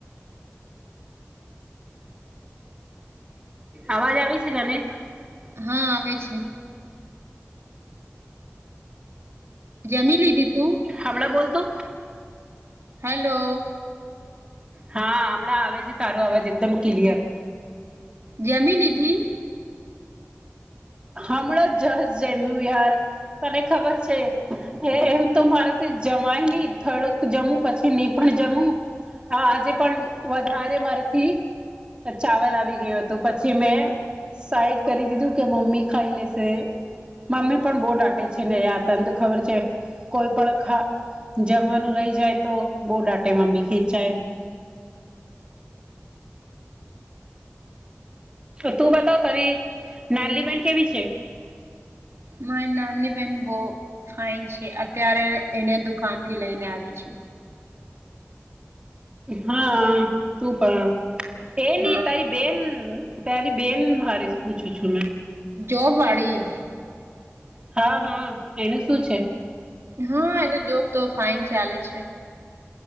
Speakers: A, on the right; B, on the right.
A: અવાજ આવી છે તને <inaudible>
B: હા આવે છે જમી લીધી તું
A: હમણા બોતો
B: હેલો
A: હા હમણાં આવે છે તારો અવાજ એકદમ ક્લિયર
B: જમી લીધી
A: હમણાં જ જશ જેમ્યું વિહાર તને ખબર છે એ એમ તો મારેથી જમાય નહ થોડુંક જમું પછી ની પણ જમું હા આજે પણ વધારે મારાથી ચાવલ આવી ગયો હતું પછી મેં સાઈડ કરી દીધું કે મમ્મી ખાઈ લે સે. મમ્મી પણ બહુ ડ આાટે છે ને યાર તને તો ખબર છે કોઈ પણ ખા જમવાનું રહી જાય તો બહુ ડાટે મમ્મી ખીચાય તું બતાવ તારી નાલીબેન કેવી છે
B: મારી નાની બેન બો ફઇન છે અત્યારે એને દુકાન થી લઈને આવી છે
A: હા તું પણ એની
B: હા
A: તારી બેન તારી બેન હા રે પૂછું છું મેં.
B: જોબ વાડી
A: હા હા એનું શું છે.
B: હા એનો જોબ તો ફાઈન ચાલે છે.